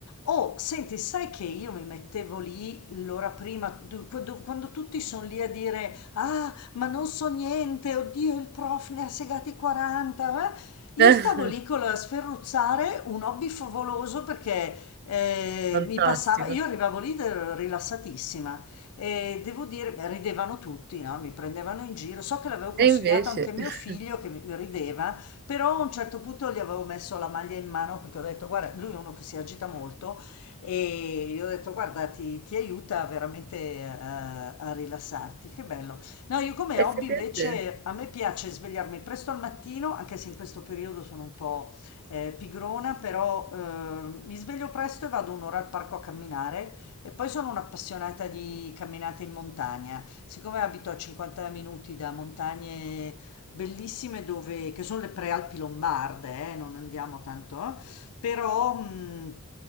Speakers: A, on the left; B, on the right.
A: Oh, senti, sai che io mi mettevo lì l'ora prima, du- quando, quando tutti sono lì a dire, ah, ma non so niente, oddio, il prof ne ha segati 40, eh? Io
B: <laughs>
A: stavo lì con la sferruzzare un hobby favoloso perché eh,
B: Fantastico.
A: mi passava, io arrivavo lì de- rilassatissima e devo dire, beh, ridevano tutti, no? Mi prendevano in giro. So che l'avevo consigliato
B: E invece,
A: anche a mio
B: <laughs>
A: figlio che mi- rideva, però a un certo punto gli avevo messo la maglia in mano perché ho detto, guarda, lui è uno che si agita molto e gli ho detto, guarda, ti, ti aiuta veramente a, a rilassarti. Che bello. No, io come
B: effettivamente,
A: hobby invece a me piace svegliarmi presto al mattino, anche se in questo periodo sono un po' eh, pigrona, però eh, mi sveglio presto e vado un'ora al parco a camminare e poi sono un'appassionata di camminate in montagna. Siccome abito a 50 minuti da montagne bellissime dove, che sono le prealpi lombarde, eh, non andiamo tanto, però mh,